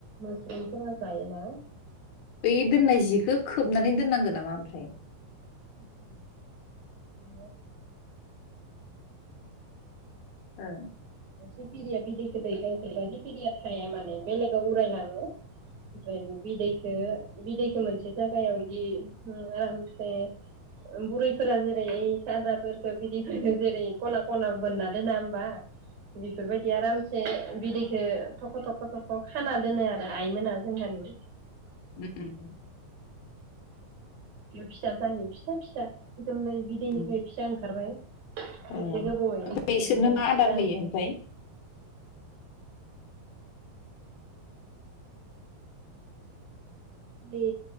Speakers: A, on the right (about 55°); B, on the left (about 85°).
A: <unintelligible> बेफोरो जायो ना?
B: बे दोननाय जिखौ खोबनानै दोननांगोन नामा ओमफ्राय। <inaudible>
A: <unintelligible> <inaudible>
B: ओ
A: सिखिरिया बिदैखो दैखांजोबना सिखिरिया थाया माने बेलेगाव उरायलाङो ओमफ्राय बे बिदैखौ बिदैखो मोनसे जायागायाव बिदि आरामसे बुरैफोरा जेरै ओ सादाफोरखो बिदैफोरखो जेरै खना खना बोनना दोना होमबा? बेफोरबायदि आरामसे बिदै थख' थख' थख' खाना दोनो आरो आइमोना जोंहानि
B: उम
A: <inaudible> <inaudible> जायो फिसा फिसा बिदैनिफ्राय
B: उम
A: फिसा ओंखारबाय
B: ए
A: एसे
B: ओमफ्राय
A: गोबावै ओमफ्राय
B: इसोरनो मा आदार होयो
A: फिसा
B: ओमफ्राय?
A: बे